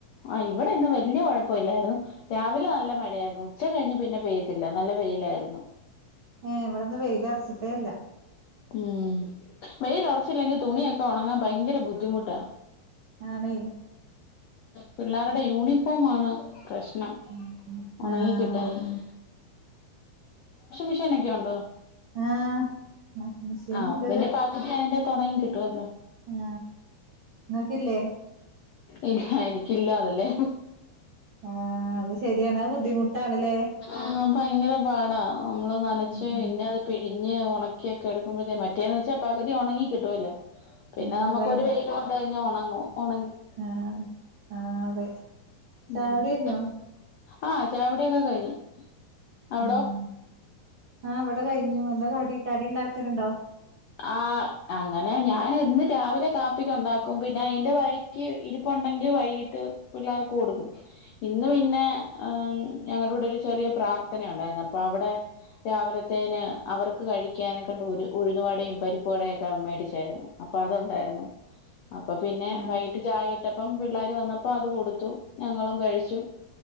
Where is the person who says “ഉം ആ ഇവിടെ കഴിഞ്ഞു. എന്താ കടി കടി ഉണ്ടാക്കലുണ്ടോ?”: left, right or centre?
Right